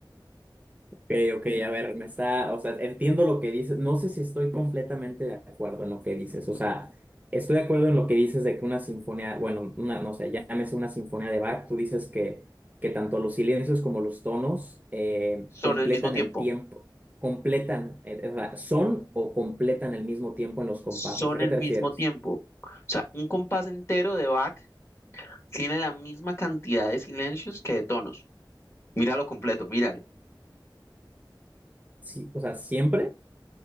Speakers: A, on the right; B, on the left.
A: Ok, ok, a ver, me está, o sea, entiendo lo que dices, no sé si estoy completamente de acuerdo en lo que dices, o sea, estoy de acuerdo en lo que dices de que una sinfonía, bueno, una, no sé, llámese una sinfonía de Bach, tú dices que, que tanto los silencios como los tonos eh,
B: Son
A: completan
B: el mismo tiempo,
A: el tiempo, completan, eh, o sea, son o completan el mismo tiempo en los compases,
B: son
A: ¿a qué
B: el
A: te
B: mismo
A: refieres?
B: tiempo. O sea, un compás entero de Bach tiene la misma cantidad de silencios que de tonos. Míralo completo, míralo.
A: Sí, o sea, ¿siempre?